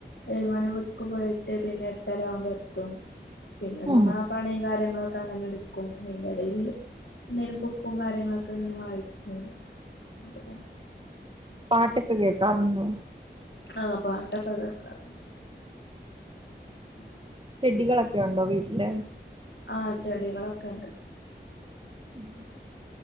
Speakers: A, on the left; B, on the right.
A: ഏഴ് മണി <unintelligible> ക്ക് പോയിട്ട് പിന്നെ എട്ടരാവുമ്പൊ എത്തും. പിന്നെ നമ്മളാ
B: ഉം
A: പണിം കാര്യങ്ങളൊക്കെ അങ്ങനെ ഇട്ക്കും. അയ്ന്റെടേല് എന്തേലും ബുക്കും കാര്യങ്ങളൊക്കെങ്ങനെ വായിക്കും. <unintelligible>
B: പാട്ട്ക്കെ കേക്കാറുണ്ടോ?
A: ആഹ് പാട്ടൊക്കെ കേക്കാറ് <inaudible>
B: ചെടികളൊക്കെ ഒണ്ടോ വീട്ടില്?
A: ആഹ് ചെടികളൊക്കെണ്ട്.
B: ഉം